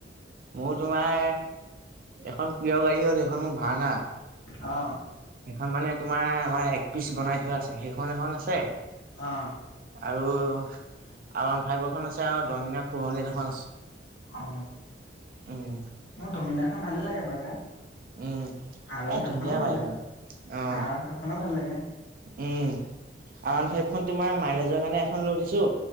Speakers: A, on the right (about 50°); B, on the left (about 80°).
A: মোৰ তোমাৰ এখন প্ৰিয় গাড়ী হ'ল সেইখন মোৰ ভাঙা।
B: অ।
A: সেইখন মানে তোমাৰ আমাৰ এক পিচ বনাই থোৱা আছে, সেইখন এখন আছে,
B: অ।
A: আৰু আৰ ওৱান ফাইভৰ খন আছে আৰু দমিনাৰ ফৰ হানদ্ৰেদ এখন আছে।
B: অ
A: উম,
B: মোৰ দমিদাৰখন ভালে লাগে বাৰু
A: উম।
B: আৰ ওৱান
A: এ
B: ফাইভখনো
A: ধুনীয়া
B: ভাল
A: বাইক
B: লাগে
A: আৰু। অ,
B: আৰন ফাইভখনো ভাল লাগে
A: উম। আৰ ওৱান ফাইভ খন তোমাৰ মাইলেজৰ কাৰণে এখন লৈ থৈছো